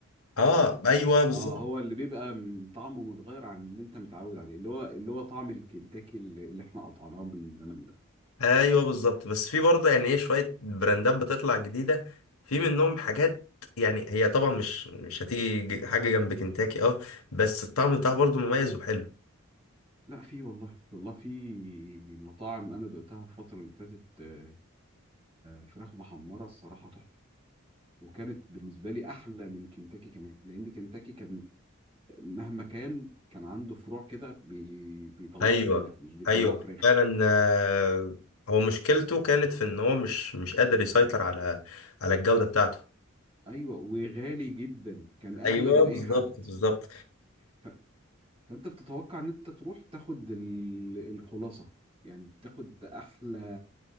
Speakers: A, on the left; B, on the right.
A: اه ايوه بالظبط
B: اه هو اللي بيبقى م- طعمه متغير عن اللي انت متعود عليه اللي هو اللي هو طعم الكنتاكي اللي اللي احنا قطعناه من زمان ده
A: ايوه بالظبط بس في برضه يعني ايه شويه براندات بتطلع جديده في منهم حاجات يعني هي طبعا مش مش هتيجي ج- حاجه جنب كنتاكي اه بس الطعم بتاعها برضه مميز وحلو
B: لا في والله والله في مطاعم انا دقتها الفتره اللي فاتت آه، كفراخ محمره الصراحه تحفه وكانت بالنسبه لي احلى من كنتاكي كمان لان كنتاكي كان مهما كان كان عنده فروع كده بي... بيطلعوا
A: ايوه
B: زباله مش بيطلعوا
A: ايوه
B: فراخ
A: فعلا آه، هو مشكلته كانت في ان هو مش مش قادر يسيطر على على الجوده بتاعته
B: ايوه وغالي جدا كان اغلى
A: ايوه
B: من
A: بالظبط
B: اي حد
A: بالظبط
B: ف... فانت بتتوقع ان انت تروح تاخد ال... الخلاصه يعني تاخد احلى